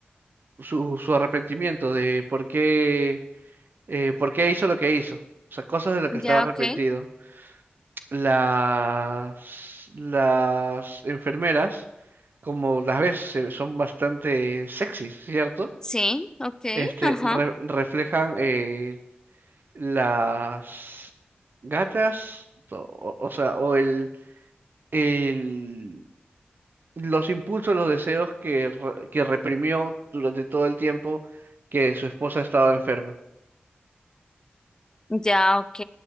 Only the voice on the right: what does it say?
su, su arrepentimiento de por qué, eh, por qué hizo lo que hizo. O sea, cosas de las que
está arrepentido.
Las, las enfermeras, como las ves, se- son bastante sexys, ¿cierto?
Este,
re- reflejan eh, las gatas, o, o o sea, o el, el, los impulsos, los deseos que, re- que reprimió durante todo el tiempo que su esposa estaba enferma.